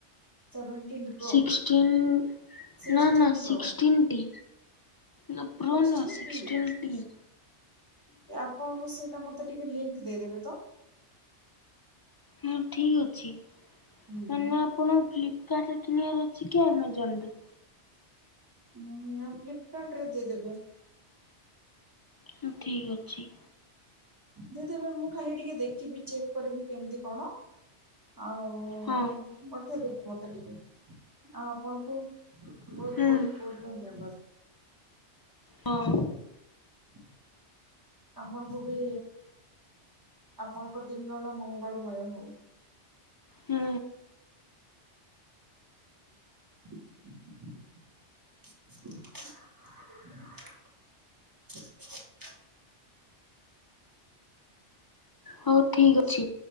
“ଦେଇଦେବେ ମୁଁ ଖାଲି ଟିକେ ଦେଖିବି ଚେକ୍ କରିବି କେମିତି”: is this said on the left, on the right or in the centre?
Right